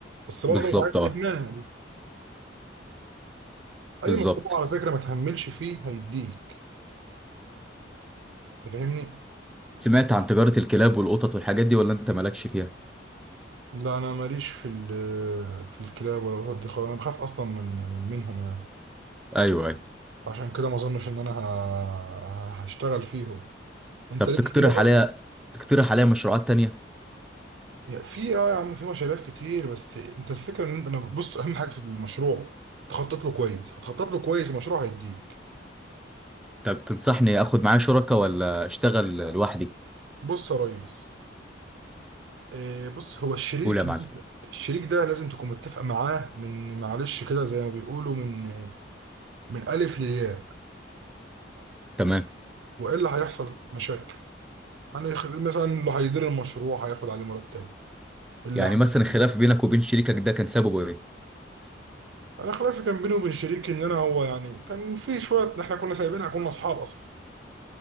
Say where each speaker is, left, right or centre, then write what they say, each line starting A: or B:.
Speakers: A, on the right; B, in the centre.
A: بس برضه
B: بالظبط
A: مش عايز
B: اه
A: اهمال اي
B: بالظبط
A: مشروع على فكره ما تهملش فيه هيديك أنت فاهمني
B: سمعت عن تجارة الكلاب والقطط والحاجات دي ولا انت مالكش فيها
A: لا انا ماليش في ال- في الكلاب ولا القطط دي خالص انا بخاف اصلا من من- منهم يعني
B: ايوه ايوه
A: عشان كده ما اظنش ان انا ه- هشتغل فيهم انت
B: طب
A: ليك
B: تقترح
A: فيها بقى
B: عليا تقترح عليا مشروعات تانية
A: يا- في اه يا عم في مشاريع كتير بس انت الفكره ان انت انا بص اهم حاجه في المشروع تخطط له كويس هتخطط له كويس المشروع هيديك
B: طب تنصحني اخد معايا شركة ولا اشتغل لوحدي
A: بص يا ريس آه، بص هو الشريك
B: قول يا معلم
A: الشريك ده لازم تكون متفق معاه من معلش كده زي ما بيقولوا من من الف للياء
B: تمام
A: والا هيحصل مشاكل هنخ... مثلا اللي هيدير المشروع هياخد عليه مرتب اللي
B: يعني مثلا الخلاف
A: هي...
B: بينك وبين شريكك ده كان سببه ايه
A: انا خلافي كان بيني وبين شريكي ان انا هو يعني كان في شويه احنا كنا سايبينها كنا اصحاب اصلا